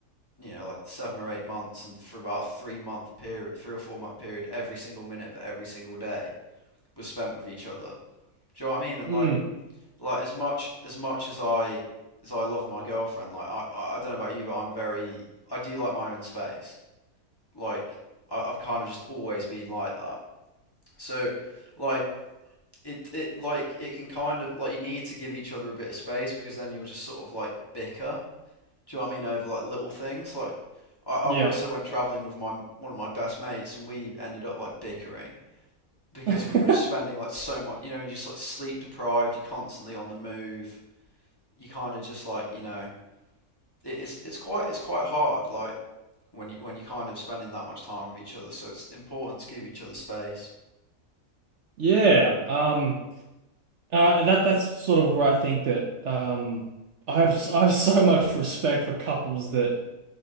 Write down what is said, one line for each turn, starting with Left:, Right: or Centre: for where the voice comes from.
Left: you know like seven or eight months, and for about a three month period, three or four month period, every single minute of every single day was spent with each other Do you know what I mean? And
Right: Mm,
Left: like, like as much as much as I as I love my girlfriend, like I I don't know about you, but I'm very I do like my own space. Like I, I've kind of just always been like that. So like it it like it can kind of like you need to give each other a bit of space because then you'll just sort of like bicker. Do you know what I mean? Over like little things. Like I, I
Right: yeah.
Left: also went traveling with my one of my best mates and we ended up like bickering because
Right: <laughs>
Left: we were just spending like so much, you know, and just like sleep deprived, you're constantly on the move, you kind of just like, you know, it's it's quite it's quite hard like when you when you're kind of spending that much time with each other, so it's important to give each other space.
Right: Yeah, um, and I, that that's sort of where I think that um, I have s- I have so much respect for couples that